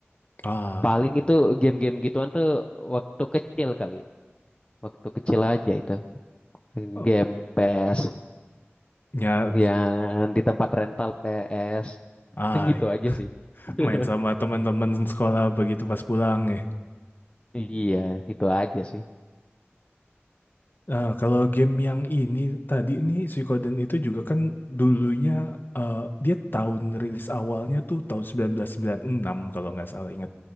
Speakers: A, on the left; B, on the left.
A: Ah,
B: paling itu game-game gituan tuh waktu kecil kali waktu kecil aja itu
A: eh,
B: game PS
A: ya,
B: yang di tempat rental PS
A: ah,
B: gitu
A: iya.
B: aja sih <laughs>
A: Main sama teman-teman sekolah begitu pas pulang ya.
B: iya itu aja sih
A: Eh, kalau game yang ini tadi ini Suikoden itu juga kan dulunya eh, dia tahun rilis awalnya tuh tahun 1996 kalau nggak salah ingat.